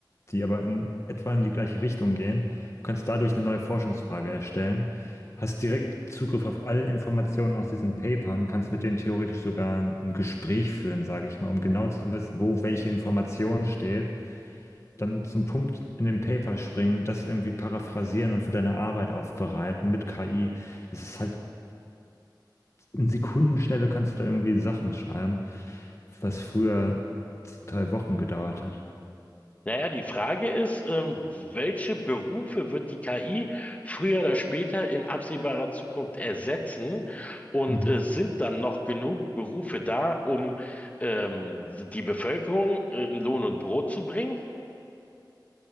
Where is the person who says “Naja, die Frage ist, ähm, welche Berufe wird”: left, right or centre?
Left